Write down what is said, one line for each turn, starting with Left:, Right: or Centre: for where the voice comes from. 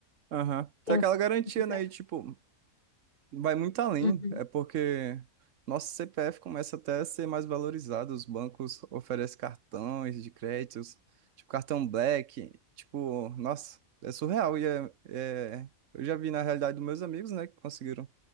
Right: Aham. Tem
Left: Então,
Right: aquela garantia,
Left: de certa-
Right: né, e tipo, vai muito além,
Left: Uhum.
Right: é porque nosso CPF começa até a ser mais valorizado, os bancos oferecem cartões de créditos, tipo cartão Black, tipo, nossa, é surreal e é, é- eu já vi na realidade dos meus amigos, né, que conseguiram